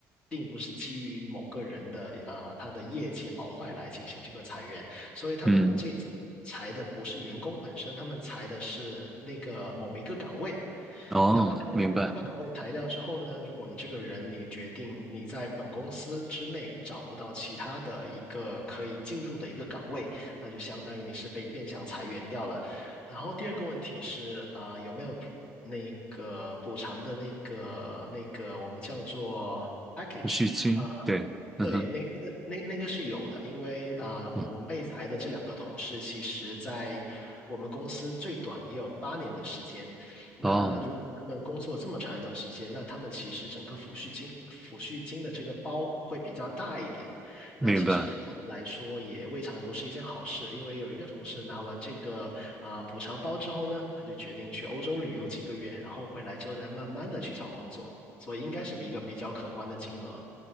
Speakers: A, on the left (about 15°); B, in the centre.
A: 并不是基于某个人的呃他的业绩好坏来进行这个裁员，所以他们这次裁的不是员工本身，
B: 嗯，
A: 他们裁的是那个某一个岗位。
B: 哦，
A: 他把岗位他把岗位裁掉之后呢，
B: 明白，
A: 如果你这个人你决定你在本公司之内找不到其他的一个可以进入的一个岗位，那就相当于你是被变相裁员掉了。然后第二个问题是啊、有没有补那个补偿的那个那个我们叫做 package？
B: 有续金，
A: 呃，
B: 对，嗯哼，
A: 对，那那个那那个是有的，因为啊、呃我们被裁的这两个同事，
B: 嗯
A: 其实在我们公司最短也有八年的时间，那如果他们工作这么长一段时间，
B: 哦，
A: 那他们其实整个抚恤金、抚恤金的这个包会比较大一点。那其实对他们来说也未尝不是一件好事，
B: 明白。
A: 因为有一个同事拿完这个啊、补偿包之后呢，他就决定去欧洲旅游几个月，然后回来之后再慢慢的去找工作，所以应该是比一个比较可观的金额。